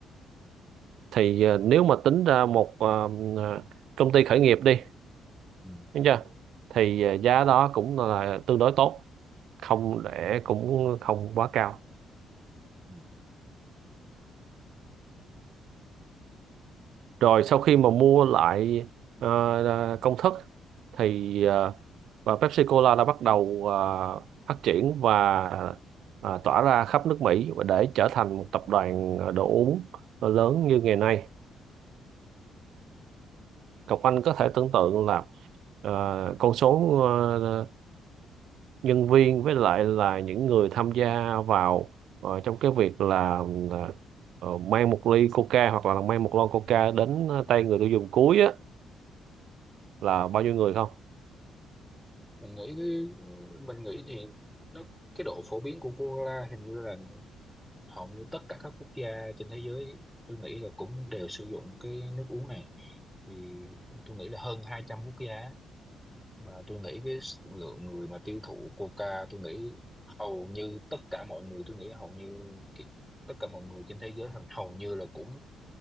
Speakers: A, on the right; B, in the centre.
A: thì ờ, nếu mà tính ra một ờ, ờ, công ty khởi nghiệp đi
B: ừ.
A: đúng chưa thì ờ, giá đó cũng là tương đối tốt không để cũng không quá cao
B: Ừ.
A: rồi sau khi mà mua lại ờ, ờ, công thức thì ờ, và Pepsi Cola đã bắt đầu ờ, phát triển và ờ, tỏa ra khắp nước Mỹ và để trở thành một tập đoàn ờ, đồ uống ờ, lớn như ngày nay. Cậu Anh có thể tưởng tượng là ờ, con số ờ, nhân viên với lại là những người tham gia vào ờ, trong cái việc là ờ, ờ, mang một ly Coca hoặc là mang một lon Coca đến ờ, tay người tiêu dùng cuối á, là bao nhiêu người
B: Ừ.
A: không?
B: Mình nghĩ cái mình nghĩ thì nó cái độ phổ biến của cola hình như là hầu như tất cả các quốc gia trên thế giới tôi nghĩ là cũng đều sử dụng cái nước uống này thì tôi nghĩ là hơn 200 quốc gia á. mà tôi nghĩ cái s- lượng người mà tiêu thụ coca tôi nghĩ hầu như tất cả mọi người tôi nghĩ hầu như cái- tất cả mọi người trên thế giới hầu hầu như là cũng